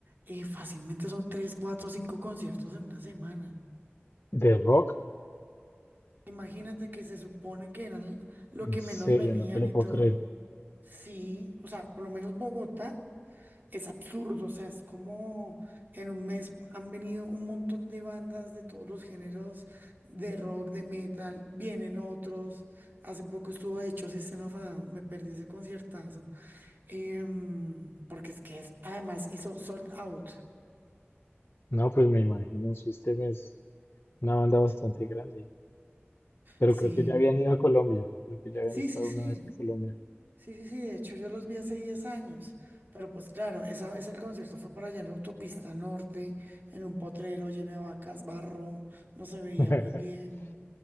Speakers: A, on the right (about 50°); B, on the left (about 60°).
A: eh, fácilmente son tres, cuatro, cinco conciertos en una semana.
B: ¿De rock?
A: Imagínate que se supone que eran lo
B: En
A: que
B: serio,
A: menos venían
B: no te lo
A: y
B: puedo
A: todo.
B: creer.
A: Sí, o sea, por lo menos Bogotá es absurdo, o sea, es como en un mes han venido un montón de bandas de todos los géneros, de rock, de metal, vienen otros, hace poco estuvo de hecho System of a Down, me perdí ese conciertazo, em, porque es que es- además hizo Sold Out,
B: No, pues me imagino, System es una banda bastante grande, pero
A: sí,
B: creo que ya habían ido a Colombia, creo que ya habían
A: sí,
B: estado
A: sí, sí.
B: una vez en Colombia.
A: Sí, sí, sí, de hecho yo los vi hace 10 años, pero pues claro, esa vez el concierto fue por allá en la autopista norte, en un potrero lleno de vacas, barro, no se veía
B: <laughs>
A: muy bien